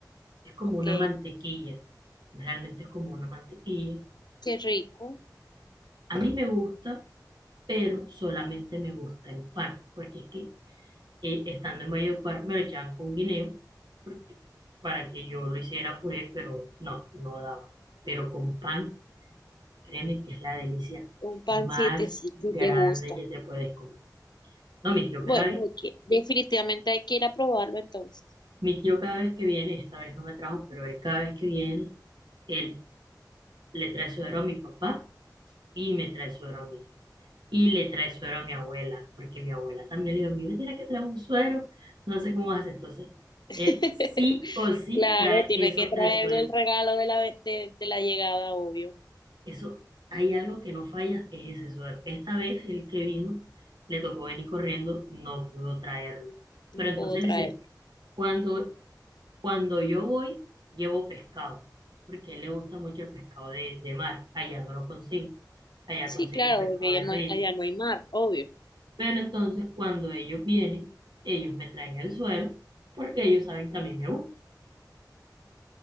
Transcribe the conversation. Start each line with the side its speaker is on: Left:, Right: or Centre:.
Right: es como
Left: Ok,
Right: una mantequilla, realmente es como una mantequilla.
Left: qué rico.
Right: A mí me gusta, pero solamente me gusta en pan, porque es que eh, estando en Valledupar, me lo echaban con guineo porque- para que yo lo hiciera puré, pero no, no daba. Pero con pan, créeme que es la delicia
Left: Un pancito,
Right: más
Left: sí,
Right: grande
Left: sí te gusta.
Right: que te puedes comer. No, mi tío
Left: Bueno,
Right: cada vez,
Left: ok. Definitivamente hay que ir a probarlo entonces.
Right: mi tío cada vez que viene, esta vez no me trajo, pero él cada vez que viene, él le trae suero a mi papá y me trae suero a mí. Y le trae suero a mi abuela, porque mi abuela también le dijo, a mí me tiene que traer un suero, no sé cómo hace. Entonces,
Left: <laughs>
Right: él sí o sí
Left: Claro,
Right: trae
Left: tiene
Right: esos
Left: que traerle
Right: tres sueros.
Left: el regalo de la, ve- de, de la llegada, obvio.
Right: Eso, hay algo que no falla, es ese suero. Esta vez el que vino le tocó venir corriendo, no pudo traerlo.
Left: no
Right: Pero
Left: puedo
Right: entonces
Left: traer.
Right: él dice, cuando, cuando yo voy, llevo pescado, porque a él le gusta mucho el pescado de, de mar, allá no lo consiguen, allá
Left: Sí,
Right: consiguen
Left: claro,
Right: pescado
Left: porque
Right: de
Left: ya no
Right: río.
Left: hay, allá no hay mar, obvio.
Right: Pero entonces cuando ellos vienen, ellos me traen el suero, porque ellos saben que a mí me gusta.